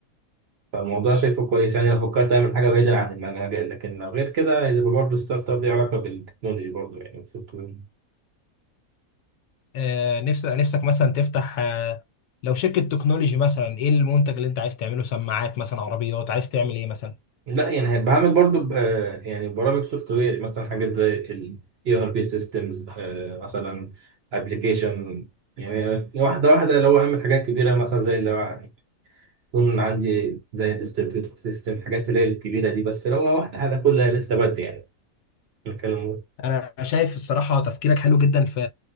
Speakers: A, on the right; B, on the left.
A: فالموضوع شايفه كويس يعني لو فكرت اعمل حاجه بعيدا عن المجال لكن لو غير كده هيبقى برضه ستارت اب ليه علاقه بالتكنولوجي برضه يعني السوفت وير
B: آه نفسك نفسك مثلا تفتح آه لو شركه تكنولوجي مثلا ايه المنتج اللي انت عايز تعمله سماعات مثلا عربيات عايز تعمل ايه مثلا
A: لا يعني هيبقى عامل برضه ب- آه، يعني برامج سوفت وير مثلا حاجات زي ال ERP systems آه، مثلا application يعني واحده واحده اللي هو اعمل حاجات كبيره مثلا زي اللي هو يكون عندي زي distributed system حاجات اللي هي الكبيره دي بس لو هو واحده حاجه كلها لسه بدري يعني نتكلم
B: انا شايف الصراحه تفكيرك حلو جدا في